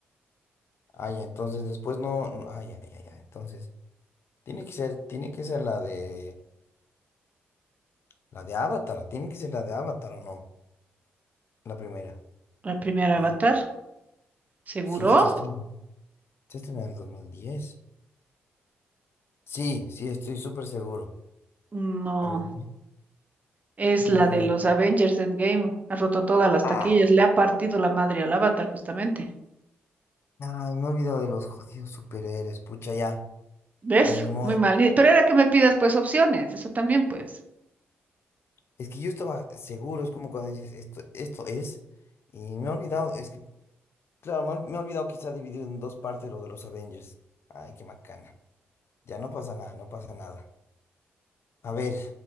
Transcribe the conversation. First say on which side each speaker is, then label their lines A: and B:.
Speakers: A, on the left; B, on the right.
A: Ah, ya, entonces después no, no- ah, ya, ya, ya. Entonces, tiene que ser, tiene que ser la de la de Avatar, tiene que ser la de Avatar o no, la primera.
B: La primera
A: Bueno,
B: Avatar, seguro.
A: sí, se estrena, se estrena en el 2010. Sí, sí, estoy súper seguro.
B: No.
A: A ver, dime.
B: Es
A: no.
B: la de los Avengers Endgame. Ha roto todas las
A: Ah,
B: taquillas. Le ha partido la madre al Avatar, justamente.
A: no, me he olvidado de los jodidos superhéroes. Pucha, ya,
B: ¿Ves?
A: ya ni modo.
B: Muy mal. Y- Pero era que me pidas, pues, opciones. Eso también, pues.
A: Es que yo estaba seguro, es como cuando dices esto, esto es, y me he olvidado, es que, claro, me, he ol- me he olvidado que está dividido en dos partes lo de los Avengers. Ay, qué macana. Ya no pasa nada, no pasa nada. A ver,